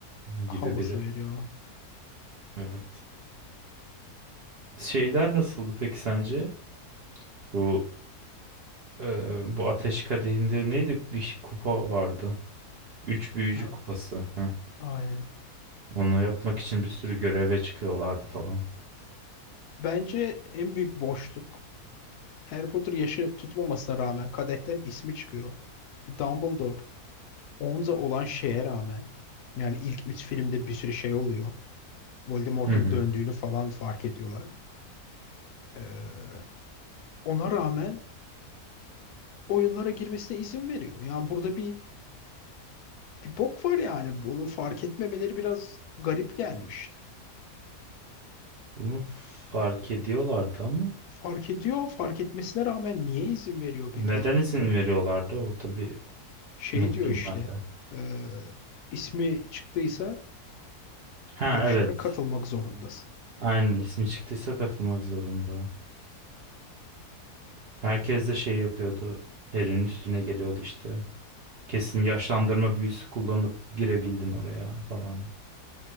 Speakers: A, on the left; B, on the right.
A: havası
B: gibi biri.
A: veriyor.
B: Evet. Şeyler nasıldı peki sence? Bu Ee, bu Ateş Kadehi'nde neydi? Bir şey- kupa vardı. Üç büyücü
A: Ha,
B: kupası. Heh.
A: Aynen.
B: Onu yapmak için bir sürü göreve çıkıyorlardı falan.
A: Bence en büyük boşluk Harry Potter yaşı tutmamasına rağmen kadehten ismi çıkıyor. Dumbledore Onza olan şeye rağmen yani ilk üç filmde bir sürü şey oluyor. Voldemort'un
B: Hı hı.
A: döndüğünü falan fark ediyorlar. Ee, ona rağmen oyunlara girmesine izin veriyor. Yani burada bir, bir bok var yani. Bunu fark etmemeleri biraz garip gelmişti.
B: Bunu fark ediyorlardı ama
A: Fark ediyor, fark etmesine rağmen niye izin veriyor peki?
B: neden izin veriyorlardı? Orada bir
A: şey
B: unuttum
A: diyor işte
B: ben de.
A: e, ismi çıktıysa
B: Ha
A: yarışlara
B: evet.
A: katılmak zorundasın.
B: Aynen ismi çıktıysa katılmak zorunda. Herkes de şey yapıyordu. Harry'nin üstüne geliyordu işte. Kesin yaşlandırma büyüsü kullanıp girebildin oraya falan.